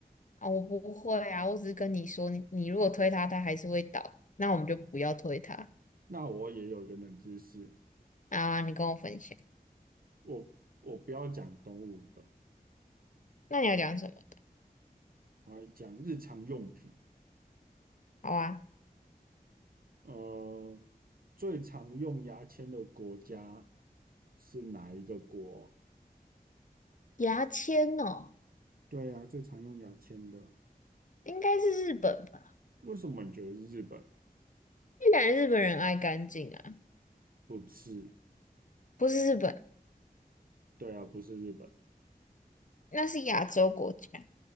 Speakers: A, on the left; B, on the right.
A: 啊，我不会啊，我只是跟你说，你你如果推他，他还是会倒，那我们就不要推他
B: 那我也有一个冷知识，
A: 啊。你跟我分享，
B: 我我不要讲动物的，
A: 那你要讲什么的？
B: 我来讲日常用品。
A: 好啊，
B: 呃，最常用牙签的国家是哪一个国？
A: 牙签哦。
B: 对啊，最常用牙签的。
A: 应该是日本吧？
B: 为什么你觉得是日本
A: 越南日本人爱干净啊，
B: 不是？
A: 不是日本，
B: 对啊，不是日本，
A: 那是亚洲国家，